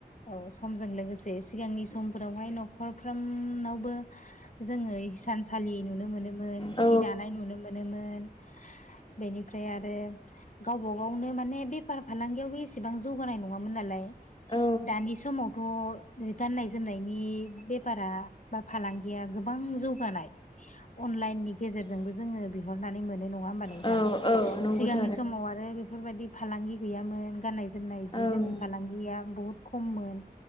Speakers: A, on the left; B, on the left.
A: औ समजों लोगोसे सिगांनि समफोरावहाय नखरफ्रामनावबो जोङो हिनसालि नुनो मोनोमोन
B: औ
A: सि दानाय नुनो मोनोमोन। बेनिफ्राय आरो गावबा गावनो माने बेफार फालांगियावबो एसेबां जौगानाय नङामोन नालाय।
B: औ
A: दानि समावथ' जि गाननाय जोमनायनि बेफारा बा फालांगिया गोबां जौगानाय। अनलाइननि गेजेरजोंबो जोङो बिहरनानै मोनो नङा ओमबा नोंथां?
B: औ औ नंगौथ'
A: सिगांनि समाव आरो बेफोरबायदि फालांगि गैयामोन गाननाय जोमनाय जि
B: ओं
A: जोमनि फालांगिया बुहुद खममोन